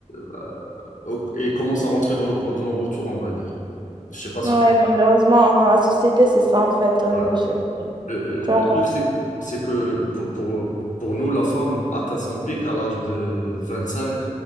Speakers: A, on the left; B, on the right.
A: bah, au- elle commence à rentrer dans le point de non-retour, on va dire. Je sais pas si
B: Ouais,
A: tu
B: malheureusement, dans la société, c'est ça en fait. Ouais,
A: Ouais.
B: ouais, je-
A: Le, euh,
B: tu
A: le
B: vois.
A: truc c'est que c'est que pour, pour, pour nous la femme atteint son pic à l'âge de vingt cinq